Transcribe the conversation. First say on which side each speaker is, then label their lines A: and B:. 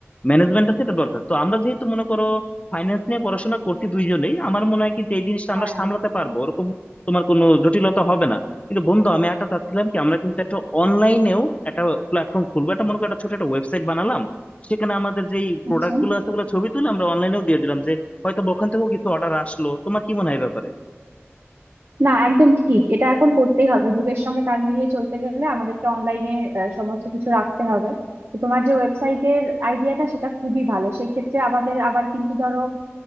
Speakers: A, on the left; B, on the right.
A: ম্যানেজমেন্ট আছে এটা দরকার তো আমরা যেহেতু মনে করো ফাইন্যান্স নিয়ে পড়াশোনা করছি দুইজনেই আমার মনে হয় কি যে এই জিনিসটা
B: হ্যাঁ
A: আমরা সামলাতে পারবো ওরকম তোমার কোনো জটিলতা হবে না কিন্তু বন্ধু আমি একটা চাচ্ছিলাম কি আমরা কিন্তু একটা অনলাইনেও একটা প্ল্যাটফর্ম খুলবো একটা মনে করো একটা ছোট একটা ওয়েবসাইট বানালাম সেখানে আমাদের যেই প্রোডাক্ট
B: আচ্ছা
A: গুলো আছে ওগুলো ছবি তুলে আমরা অনলাইনেও দিয়ে দিলাম যে হয়তো বা ওখান থেকেও কিছু অর্ডার আসলো তোমার কি মনে হয় এই ব্যাপারে
B: না একদম ঠিক এটা এখন করতেই হবে যুগের সঙ্গে তাল মিলিয়ে চলতে গেলে আমাদেরকে অনলাইনে সমস্ত কিছু রাখতে হবে তো তোমার যে ওয়েবসাইটের আইডিয়াটা সেটা খুবই ভালো সেই ক্ষেত্রে আমাদের আবার কিন্তু ধরো